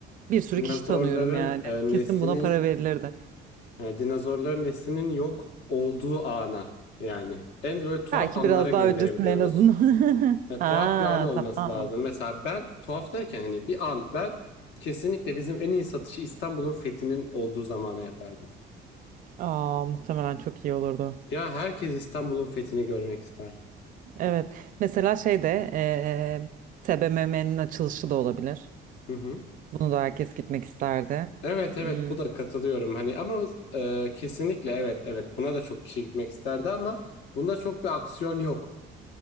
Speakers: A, on the right (about 45°); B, on the left (about 65°).
A: Bir sürü
B: Dinozorların
A: kişi tanıyorum yani.
B: e,
A: Kesin
B: neslini
A: buna para verilirdi.
B: Yani dinozorların neslinin yok olduğu ana yani. En böyle tuhaf
A: Belki
B: anlara
A: biraz
B: gönderebiliyoruz.
A: daha öncesinde en azından. <laughs>
B: Yani
A: Ha
B: tuhaf bir an olması
A: tamam.
B: lazım. Mesela ben tuhaf derken hani bir an ben kesinlikle bizim en iyi satışı İstanbul'un fethinin olduğu zamana yapardım.
A: Aa, muhtemelen çok iyi olurdu.
B: Ya herkes İstanbul'un fethini görmek ister.
A: Evet. Mesela şey de eee TBMM'nin açılışı da olabilir.
B: Hı hı.
A: Bunu da herkes gitmek isterdi.
B: Evet evet
A: Hmm.
B: bu da katılıyorum hani ama e, kesinlikle evet evet buna da çok kişi gitmek isterdi ama bunda çok bir aksiyon yok.